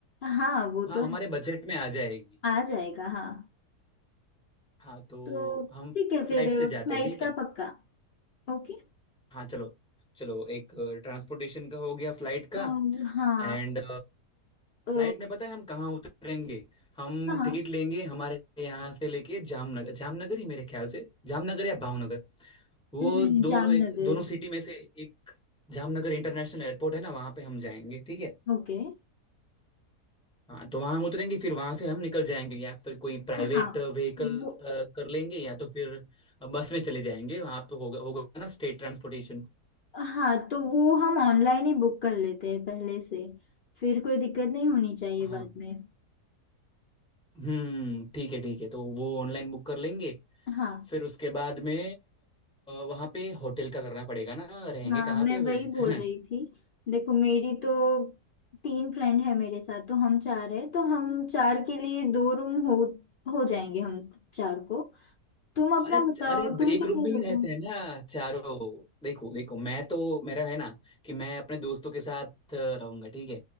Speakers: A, on the left (about 85°); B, in the centre.
A: हाँ वो
B: हाँ
A: तो
B: हमारे
A: है।
B: बजट में आ जाएगी
A: आ जाएगा हाँ
B: हाँ तो
A: तो
B: हम
A: ठीक है
B: फ्लाइट
A: फिर
B: से जाते
A: फ्लाइट
B: हैं ठीक
A: का
B: है
A: पक्का ओके
B: हाँ चलो चलो एक ट्रांसपोर्टेशन का हो गया फ्लाइट का
A: और हाँ
B: एंड
A: अ,
B: फ्लाइट में पता है हम कहाँ उतरेंगे हम
A: हाँ
B: टिकट लेंगे हमारे यहाँ से लेके जामनगर जामनगर ही मेरे ख्याल से जामनगर या भावनगर वो
A: नहीं,
B: दोनों
A: जामनगर
B: एक दोनों सिटी में से एक जामनगर इंटरनेशनल एयरपोर्ट है ना वहाँ पे हम जाएंगे ठीक है
A: ओके
B: हाँ तो वहां हम उतरेंगे फिर वहां से हम निकल जाएंगे या फिर कोई प्राइवेट
A: हाँ
B: व्हीकल
A: वो
B: कर लेंगे या तो फिर बस में चले जाएंगे वहां पे होगा होगा ना स्टेट ट्रांसपोर्टेशन
A: हाँ तो वो हम ऑनलाइन ही बुक कर लेते हैं पहले से फिर कोई दिक्कत नहीं होनी चाहिए
B: हाँ
A: बाद में
B: हम्म ठीक है ठीक है तो वो ऑनलाइन बुक कर लेंगे
A: हाँ
B: फिर उसके बाद में वहां पे होटल का करना पड़ेगा ना रहेंगे
A: हाँ
B: कहाँ
A: मैं
B: पे वे?
A: वही बोल
B: <laughs>
A: रही थी देखो मेरी तो तीन फ्रेंड है मेरे साथ तो हम चार है तो हम चार के लिए दो रूम हो हो जाएंगे हम चार को तुम अपना
B: अरे
A: बताओ
B: अरे
A: तुम
B: एक
A: कितने
B: रूम में ही
A: लोग
B: रहते
A: हो
B: हैं ना चारों देखो देखो मैं तो मेरा है ना कि मैं अपने दोस्तों के साथ अ, रहूंगा ठीक है